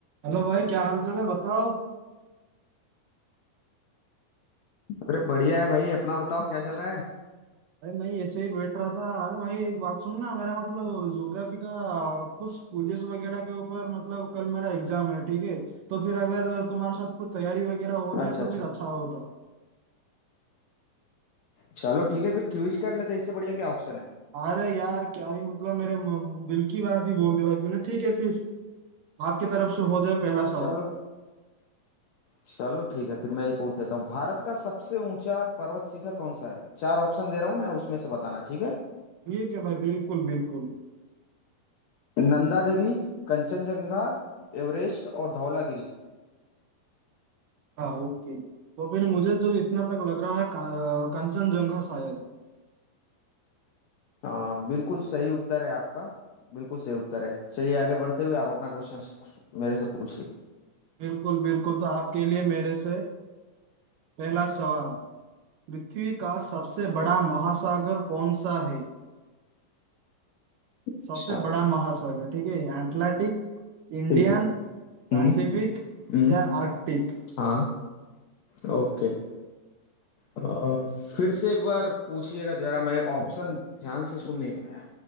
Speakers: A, on the right; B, on the left.
A: Hello भाई क्या हाल चाल है बताओ
B: अरे बढ़िया है भाई अपना बताओ क्या चल रहा है
A: अरे नहीं ऐसे ही बैठ रहा था अरे भाई एक बात सुनना मेरा मतलब ज्योग्राफी का कुछ क्विजेस वगैरह के ऊपर मतलब कल मेरा एग्जाम है ठीक है तो फिर अगर तुम्हारे साथ कुछ तैयारी वगैरह हो जाए
B: अच्छा अच्छा
A: तो फिर अच्छा होता
B: चलो ठीक है फिर क्विज कर लेते हैं इससे बढ़िया क्या ऑप्शन है
A: अरे यार क्या ही मतलब मेरे म- दिल की बात ही बोल दी भाई तूने ठीक है फिर आपकी तरफ से हो जाए पहला सवाल
B: चलो चलो ठीक है फिर मैं ही पूछ देता हूँ भारत का सबसे ऊंचा पर्वत शिखर कौन सा है चार ऑप्शन दे रहा हूँ मैं उसमें से बताना ठीक है
A: ठीक है भाई बिल्कुल बिल्कुल
B: नंदा देवी कंचनजंगा एवरेस्ट और धौलागिरी
A: हाँ ओके तो फिर मुझे जो इतना तक लग रहा है का- कंचनजंगा शायद
B: हाँ बिल्कुल सही उत्तर है आपका बिल्कुल सही उत्तर है चलिए आगे बढ़ते हुए आप अपना क्वेश्चन मेरे से पूछिए
A: बिल्कुल बिल्कुल तो आपके लिए मेरे से पहला सवाल पृथ्वी का सबसे बड़ा महासागर कौन सा है
B: अच्छा
A: सबसे बड़ा महासागर ठीक है एटलांटिक इंडियन
B: ठीक है
A: पैसिफिक
B: हम्म हम्म
A: या आर्कटिक
B: हाँ ओके अ, फिर से एक बार पूछिएगा जरा मैं ऑप्शन ध्यान से सुन नहीं पाया